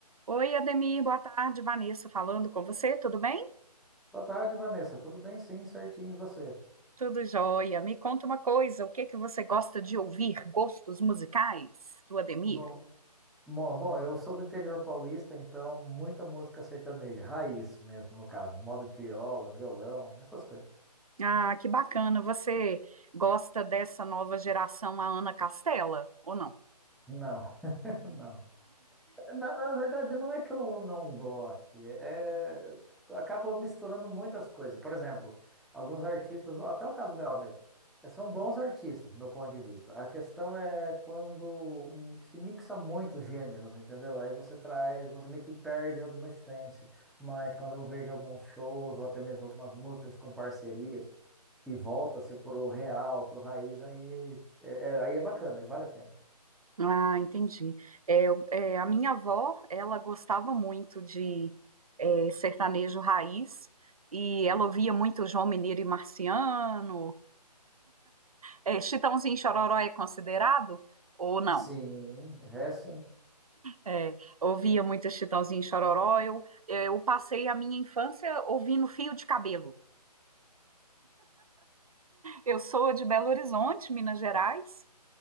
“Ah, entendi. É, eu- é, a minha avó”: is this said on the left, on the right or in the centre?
Right